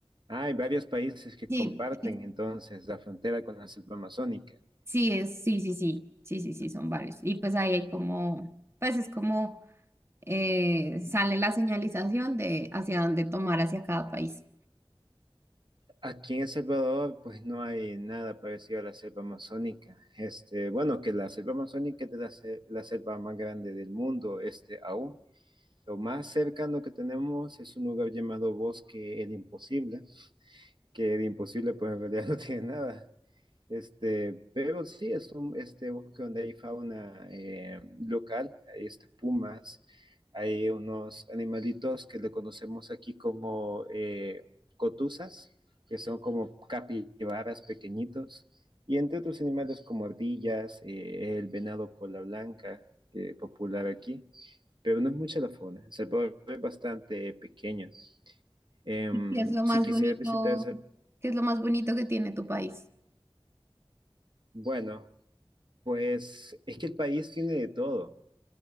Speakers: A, on the right; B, on the right.
A: hay varios países que
B: Sí,
A: comparten
B: eh,
A: entonces la frontera con la selva amazónica.
B: sí, es, sí, sí, sí, sí, sí, sí, son varios. Y pues ahí hay como, pues es como eh, sale la señalización de hacia dónde tomar hacia cada país.
A: Aquí en El Salvador, pues no hay nada parecido a la selva amazónica. Este, bueno, que la selva amazónica es de la, se- la selva más grande del mundo, este aún. Lo más cercano que tenemos es un lugar llamado Bosque El Imposible que de imposible pues en realidad <laughs> no tiene nada. Este, pero sí, es un este, bosque donde hay fauna eh, local, hay este, pumas, hay unos animalitos que le conocemos aquí como eh, cotuzas, que son como capibaras pequeñitos, y entre otros animales como ardillas, eh, el venado cola blanca, que es popular aquí pero no es mucha la fauna. El Salvador es bastante pequeño. Em,
B: ¿Y qué es lo más
A: si quisiera
B: bonito?
A: visitar, El Sal-
B: ¿Qué es lo más bonito que tiene tu país?
A: bueno, Pues es que el país tiene de todo.